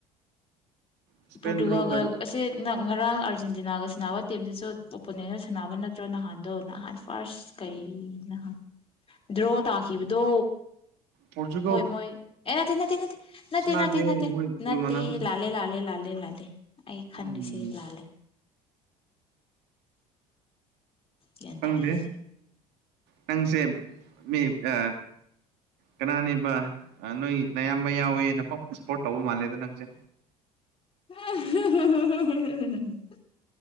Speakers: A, on the right; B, on the left.
A: ꯁ꯭ꯄꯦꯟ
B: ꯄ꯭ꯔꯣꯇꯨꯒꯜꯒ
A: ꯗ꯭ꯔꯣ ꯇꯥꯔꯦ
B: ꯑꯁꯦ ꯅ ꯉꯔꯥꯡ ꯑꯥꯔꯖꯦꯟꯇꯤꯅꯥꯒ ꯁꯥꯟꯅꯕ ꯇꯤꯝꯁꯤꯁꯨ ꯑꯣꯄꯣꯅꯦꯟꯅ ꯁꯥꯟꯅꯕ ꯅꯠꯇ꯭ꯔꯣ ꯅꯍꯥꯟꯗꯣ ꯅꯍꯥꯟ ꯐꯥꯔꯁ <unintelligible> ꯗ꯭ꯔꯣ ꯇꯥꯈꯤꯕꯗꯣ
A: ꯄꯣꯔꯇꯨꯒꯜ
B: ꯍꯣꯏ ꯃꯣꯏ ꯑꯥ ꯅꯥꯇꯦ ꯅꯇꯦ ꯅꯠꯇꯦ ꯅꯇꯦ
A: ꯁꯥꯟꯅꯗꯦ
B: ꯅꯥꯇꯦ ꯅꯠꯇꯦ
A: ꯃꯣꯏ ꯕꯣꯜ
B: ꯅꯠꯇꯦ
A: ꯃꯥꯟꯅꯗꯦ
B: ꯂꯥꯜꯂꯦ ꯂꯥꯜꯂꯦ ꯂꯥꯜꯂꯦ ꯂꯥꯜꯂꯦ ꯂꯥꯜꯂꯦ ꯑꯩ ꯈꯟꯂꯤꯁꯦ
A: ꯎꯝ
B: ꯂꯥꯜꯂꯦ ꯒ꯭ꯌꯥꯟ
A: ꯈꯪꯗꯦ
B: ꯇꯥꯔꯦ ꯍꯧꯖꯤꯛ
A: ꯅꯪꯁꯦ ꯃꯤ ꯑ ꯀꯅꯥꯅꯦꯕ ꯅꯣꯏ ꯑꯌꯥꯝꯕ ꯌꯥꯎꯋꯦꯅ ꯄ ꯄꯨꯅ ꯁꯞꯄꯣꯔꯠ ꯇꯧꯕ ꯃꯥꯜꯂꯦꯗ ꯅꯪꯁꯦ
B: <unintelligible>